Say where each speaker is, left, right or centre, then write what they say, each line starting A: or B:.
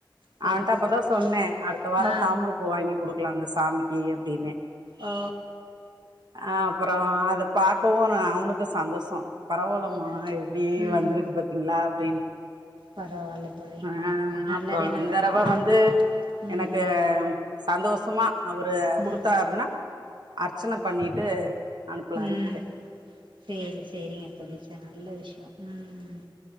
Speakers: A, on the right; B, on the right.
A: சேரி
B: அவன்ட அப்பதா
A: சேரி
B: சொன்னே
A: சேரி
B: அடுத்த வாரம்
A: ஆ
B: தாமர பூ வாங்கி குடுக்கலா அந்த சாமிக்கு அப்டின்னே
A: ஓ
B: அ அப்றோ அத பாக்கவு அவனுக்கு சந்தோசோ பரவாயில்லமா
A: பரவால்ல
B: எப்டி
A: ம்
B: வந்திருக்கு பாத்தீங்களா அப்டின்னு
A: பரவால்ல தோழி
B: அ
A: நல்லதே
B: அப்றோ
A: நடக்கு
B: இந்தடவ
A: ஆமா
B: வந்து
A: ம்
B: எனக்கு சந்தோசமா அவரு குடுத்தாருன்னா
A: ம்
B: அர்ச்சன பண்ணிட்டு அனுப்பலான்ருக்க
A: ம் சேரி சேரிங்க தோழி சா நல்ல விஷயோ ம்